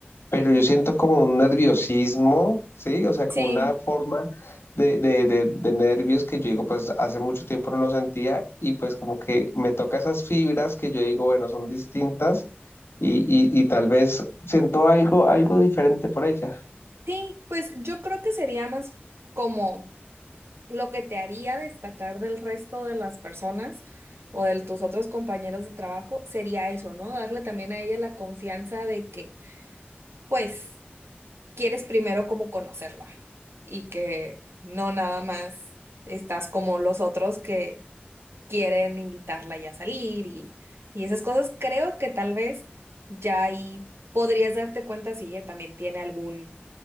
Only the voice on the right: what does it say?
Sí,
sí, pues yo creo que sería más como... lo que te haría destacar del resto de las personas o de tus otros compañeros de trabajo sería eso, ¿no? Darle también a ella la confianza de que, pues, quieres primero como conocerla y que no nada más estás como los otros que quieren invitarla ya a salir y, y esas cosas. Creo que tal vez ya ahí podrías darte cuenta si ella también tiene algún,